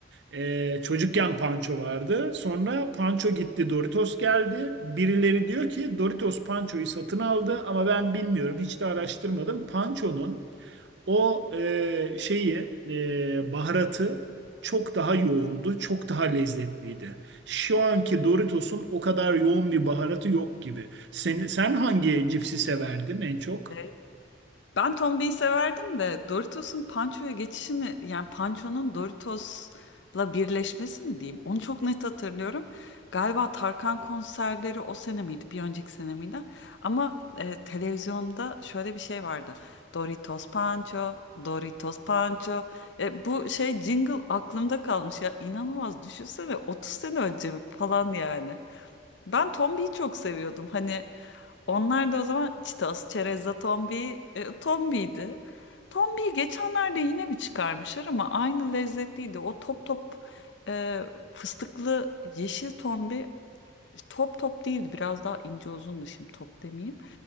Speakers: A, on the right; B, on the left.
A: E, çocukken Pancho vardı. Sonra Pancho gitti, Doritos geldi. Birileri diyor ki Doritos Pancho'yu satın aldı ama ben bilmiyorum, hiç de araştırmadım. Pancho'nun o e, şeyi e, baharatı çok daha yoğundu, çok daha lezzetliydi. Şu anki Doritos'un o kadar yoğun bir baharatı yok gibi. Sen, sen hangi cipsi severdin en çok?
B: Şey, Ben Tombi'yi severdim de Doritos'un Pancho'ya geçişini yani Pancho'nun Doritos'la birleşmesi mi diyeyim? Onu çok net hatırlıyorum. Galiba Tarkan konserleri o sene miydi? Bir önceki sene miydi? Ama e, televizyonda şöyle bir şey vardı. Doritos Pancho, Doritos Pancho. E, bu şey jingle aklımda kalmış ya. inanılmaz düşünsene 30 sene önce mi falan yani. Ben Tombi'yi çok seviyordum. Hani Onlar da o zaman Çitos, Çerezza, Tombi, e, Tombi'ydi. Tombi'yi geçenlerde yine bir çıkarmışlar ama aynı lezzetliydi. O top top e, fıstıklı yeşil Tombi top top değildi. Biraz daha ince uzundu şimdi top demeyeyim.